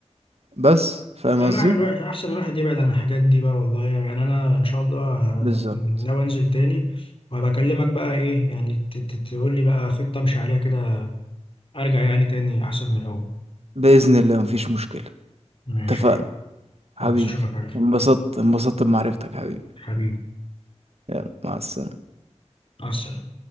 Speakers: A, on the right (about 60°); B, on the left (about 50°).
A: بس فاهم
B: لا الواحد
A: قصدي
B: الواحد احسن الواحد يبعد عن الحاجات دي بقى والله يعني انا ان شاء الله ه-
A: بالظبط
B: ناوي انزل تاني وهبقى اكلمك بقى ايه يعني ت- ت- تقول لي بقى خطة امشي عليها كده ارجع يعني تاني احسن من الاول
A: بإذن الله مفيش مشكلة
B: ماشي
A: اتفقنا
B: يا حبيبي
A: حبيبي
B: خلاص اشوفك على خير
A: انبسطت انبسطت بمعرفتك حبيبي
B: حبيبي
A: يلا مع السلامة
B: مع السلامة